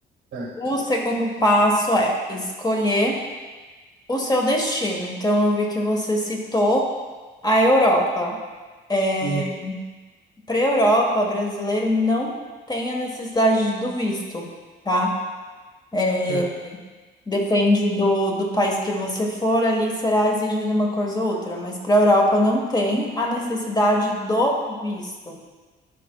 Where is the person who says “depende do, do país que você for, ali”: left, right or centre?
Left